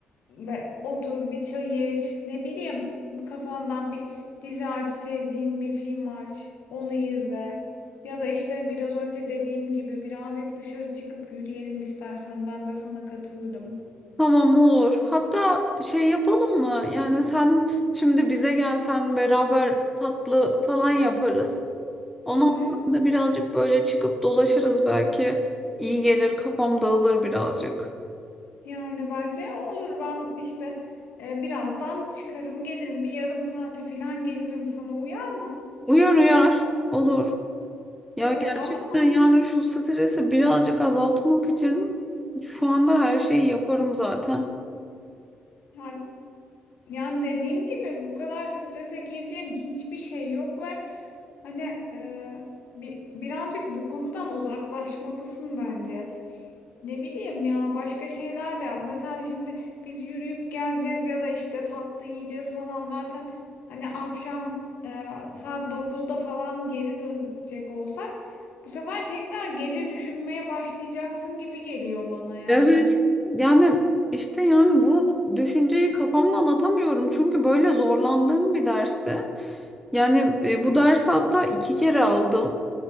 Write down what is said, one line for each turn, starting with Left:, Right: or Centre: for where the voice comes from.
Left: ve otur bir çay iç. Ne bileyim kafandan bir dizi aç, sevdiğin bir film aç. Onu izle. Ya da işte biraz önce dediğim gibi birazcık dışarı çıkıp yürüyelim istersen ben de sana katılırım.
Centre: Tamam olur. Hatta şey yapalım mı? Yani sen şimdi bize gelsen beraber tatlı falan yaparız. Ondan
Left: Hı hı.
Centre: sonra da birazcık böyle çıkıp dolaşırız belki. İyi gelir, kafam dağılır birazcık.
Left: Yani bence olur ben işte e, birazdan çıkarım gelirim bir yarım saate falan gelirim sana uyar mı?
Centre: Uyar uyar. Olur. Ya
Left: Evet
Centre: gerçekten
Left: ama aynı.
Centre: yani şu stresi birazcık azaltmak için şu anda her şeyi yaparım zaten.
Left: yani, yani dediğim gibi bu kadar strese gireceğin hiçbir şey yok ve hani e, bi- birazcık bu konudan uzaklaşmalısın bence. Ne bileyim ya başka şeyler de yap. Mesela şimdi biz yürüyüp geleceğiz ya da işte tatlı yiyeceğiz falan. Zaten hani akşam e, saat dokuzda falan geri dönecek olsak bu sefer tekrar gece düşünmeye başlayacaksın gibi geliyor bana yani.
Centre: Evet. Yani işte yani bu düşünceyi kafamda anlatamıyorum. Çünkü böyle zorlandığım bir dersti. Yani e, bu dersi hatta iki kere aldım.